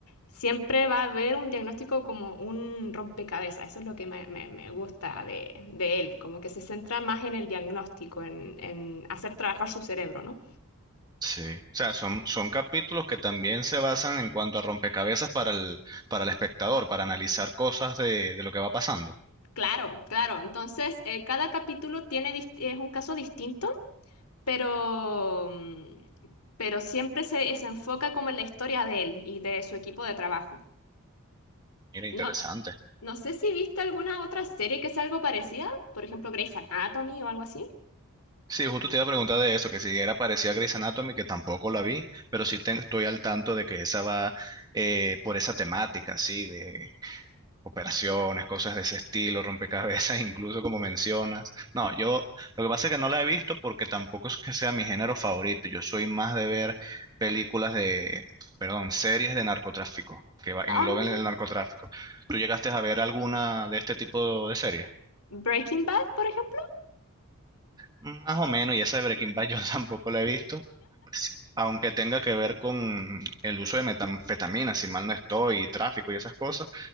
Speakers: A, on the left; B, on the right.
A: Siempre va a haber un diagnóstico como un rompecabezas, eso es lo que me, me- me gusta de, de él, como que se centra más en el diagnóstico, en, en hacer trabajar su cerebro, ¿no?
B: Sí, o sea, son, son capítulos que también se basan en cuanto a rompecabezas para el, para el espectador, para analizar cosas de, de lo que va pasando.
A: Claro, claro, entonces eh, cada capítulo tiene, dist- es un caso distinto, pero, mm, pero siempre se, se enfoca como en la historia de él y de su equipo de trabajo.
B: Mira, interesante.
A: No, no sé si viste alguna otra serie que sea algo parecida, por ejemplo Grey's Anatomy o algo así.
B: Sí, justo te iba a preguntar de eso, que si era parecida a Grey's Anatomy, que tampoco la vi, pero sí te- estoy al tanto de que esa va eh, por esa temática, sí, de operaciones, cosas de ese estilo, rompecabezas, <laughs> incluso como mencionas. No, yo lo que pasa es que no la he visto porque tampoco es que sea mi género favorito. Yo soy más de ver películas de, perdón, series de narcotráfico, que va-
A: Ah,
B: engloben el narcotráfico. ¿Tú llegaste a ver alguna de este tipo de series?
A: Breaking Bad, por ejemplo.
B: Más o menos, y esa de Breaking Bad yo <laughs> tampoco la he visto. Aunque tenga que ver con el uso de metanfetaminas, si mal no estoy, y tráfico y esas cosas.